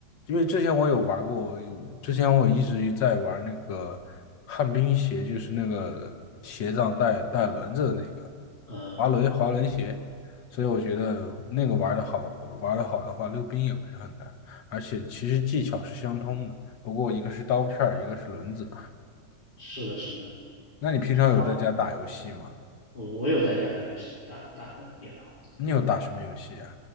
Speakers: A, on the left; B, on the left.
A: 因为之前我有玩过，我有之前我一直在玩那个旱冰鞋，就是那个鞋上带带轮子的那个
B: 嗯，
A: 滑轮滑轮鞋，所以我觉得那个玩的好，玩的好的话，溜冰也不是很难，而且其实技巧是相通的，不过一个是刀片儿，一个是轮子。
B: 是的，是的，
A: 那你平常有在家打游戏吗？
B: 他我我有在家打游戏，打打的也打。
A: 你有打什么游戏啊？